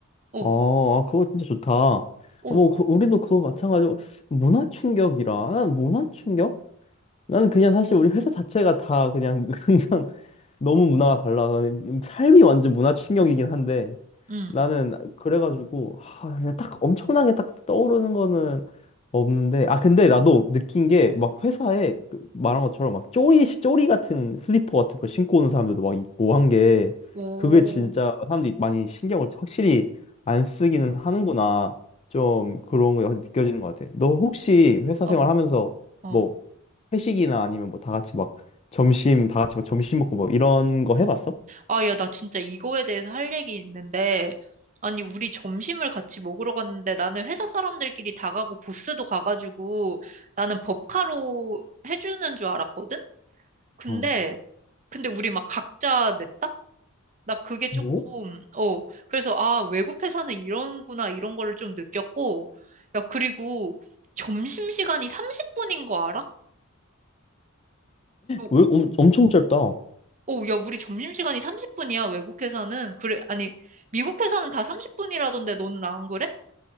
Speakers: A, on the right; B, on the left.
A: 어,
B: 어, 아, 그거 진짜 좋다. 어,
A: 어,
B: 뭐, 그- 우리도 그거 마찬가지고, 문화 충격이라. 아, 문화 충격? 나는 그냥 사실 우리 회사 자체가 다 그냥 <laughs> 항상 너무 문화가 달라서 삶이 완전 문화 충격이긴 한데,
A: 음.
B: 나는 그래가지고 하, 그냥 딱 엄청나게 딱 떠오르는 거는 없는데 아 근데 나도 느낀 게 막 회사에 그 말한 것처럼 막 쪼리 쪼리 같은 슬리퍼 같은 거 신고 오는 사람들도 막 있고 한 게
A: 오,
B: 그게 진짜 사람들이 많이 신경을 확실히 안 쓰기는 하는구나 좀 그런 거 느껴지는 것 같아. 너 혹시 회사
A: 어,
B: 생활하면서
A: 어.
B: 뭐 회식이나 아니면 뭐 다 같이 막 점심 다 같이 막 점심 먹고 뭐 이런 거 해봤어?
A: 아, 야, 나 진짜 이거에 대해서 할 얘기 있는데, 아니, 우리 점심을 같이 먹으러 갔는데, 나는 회사 사람들끼리 다 가고, 보스도 가가지고, 나는 법카로 해주는 줄 알았거든? 근데,
B: 어.
A: 근데 우리 막 각자 냈다? 나 그게 조금,
B: 뭐?
A: 어, 그래서, 아, 외국 회사는 이런구나, 이런 거를 좀 느꼈고, 야, 그리고 점심시간이 30분인 거 알아? 어,
B: 왜 엄, 엄청 짧다.
A: 오, 야, 우리 점심시간이 30분이야, 외국에서는. 그래, 아니, 미국에서는 다 30분이라던데 너는 안 그래?